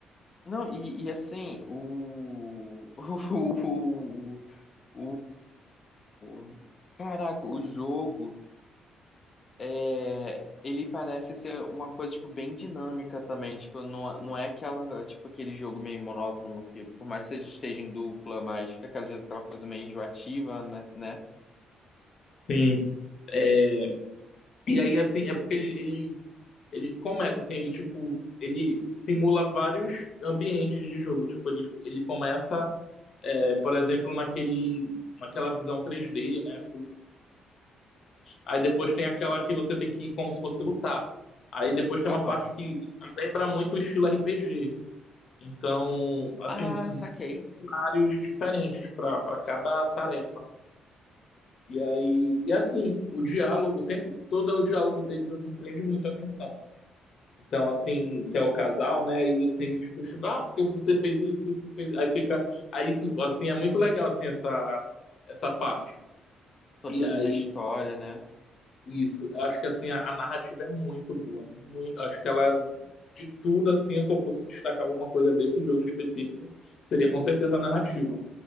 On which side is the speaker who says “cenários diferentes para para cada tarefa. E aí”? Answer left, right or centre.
Left